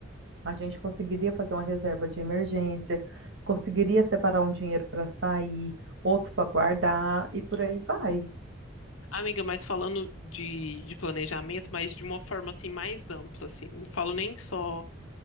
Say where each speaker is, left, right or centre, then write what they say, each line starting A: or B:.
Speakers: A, on the right (about 60°); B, on the left (about 90°).
A: a gente conseguiria fazer uma reserva de emergência, conseguiria separar um dinheiro para sair, outro para guardar e por aí vai.
B: Amiga, mas falando de, de planejamento, mas de uma forma assim mais ampla, assim, não falo nem só